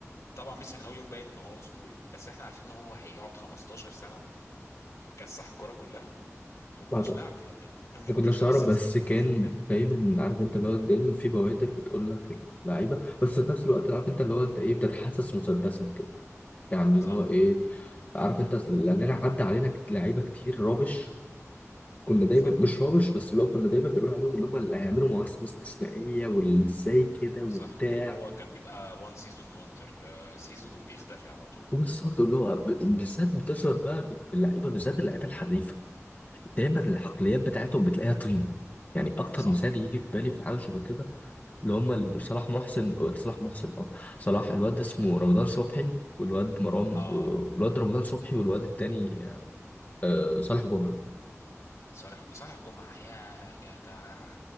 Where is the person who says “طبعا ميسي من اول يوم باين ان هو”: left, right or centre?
Left